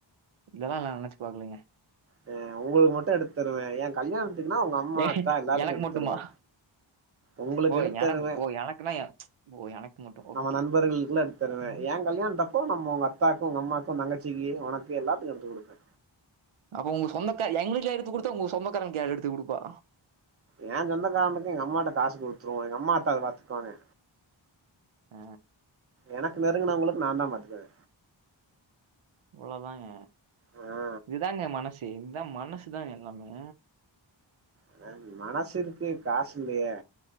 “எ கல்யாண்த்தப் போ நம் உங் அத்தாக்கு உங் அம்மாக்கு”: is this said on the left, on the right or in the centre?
Right